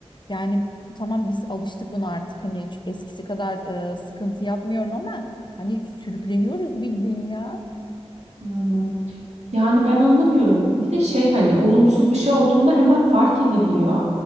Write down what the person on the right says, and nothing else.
Aynen. Yani ben anlamıyorum. Bir de şey hani olumsuz bir şey olduğunda hemen fark ediliyor.